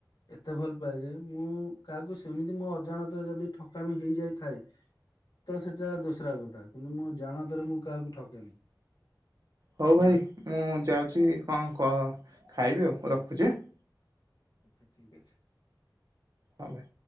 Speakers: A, on the left; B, on the right.
A: ଏତେ ଭଲ ପାଏ ଯେ ମୁଁ କାହାକୁ ସେମିତି ମୋ ଅଜାଣତରେ ଯଦି ଠକାମି ହେଇଯାଇଥାଏ ତ ସେଟା ଦୋସରା କଥା କିନ୍ତୁ ମୁଁ ଜାଣତରେ ମୁଁ କାହାକୁ ଠକେନି।
B: ହଉ
A: ହେଲା
B: ଭାଇ ମୁଁ ଯାଉଛି କଣ କଣ ଖାଇବି ଆଉ ରଖୁଛି ଆଁ।
A: ଓକେ ଠିକ ଅଛି।
B: ହଁ ଭାଇ।